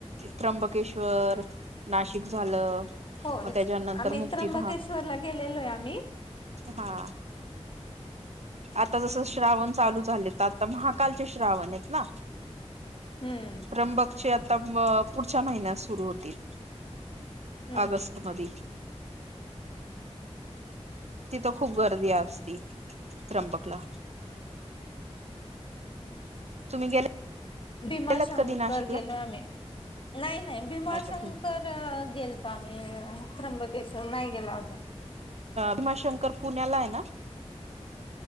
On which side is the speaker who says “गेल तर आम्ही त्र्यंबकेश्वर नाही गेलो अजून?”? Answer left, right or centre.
Left